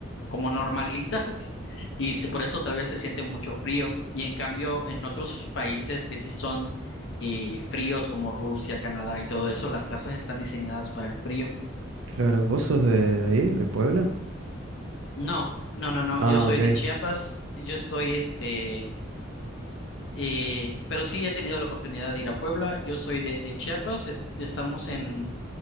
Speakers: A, on the left; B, on the right.
A: como normalitas <laughs> y se- por eso tal vez se siente mucho frío. Y en cambio,
B: S-
A: en otros países que sí son eh, fríos como Rusia, Canadá y todo eso, las casas están diseñadas para el frío.
B: Claro, ¿vos sos de ahí, de Puebla?
A: No, no, no, no.
B: Ah,
A: Yo soy
B: ok.
A: de Chiapas. Yo estoy, este, eh, pero sí he tenido la oportunidad de ir a Puebla. Yo soy de, de Chiapas. es- estamos en,